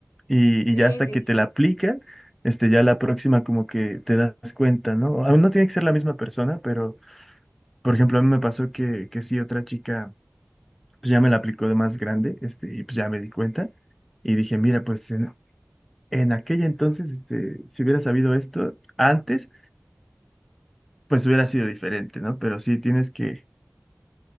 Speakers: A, in the centre; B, on the left.
A: Y,
B: Sí,
A: y ya hasta
B: sí,
A: que
B: sí.
A: te la aplican, este, ya la próxima como que te das cuenta, ¿no? A no tiene que ser la misma persona, pero, por ejemplo, a mí me pasó que, que sí, otra chica, pues ya me la aplicó de más grande, este, y pues ya me di cuenta y dije, mira, pues en, en aquella entonces, este, si hubiera sabido esto antes, pues hubiera sido diferente, ¿no? Pero sí tienes que,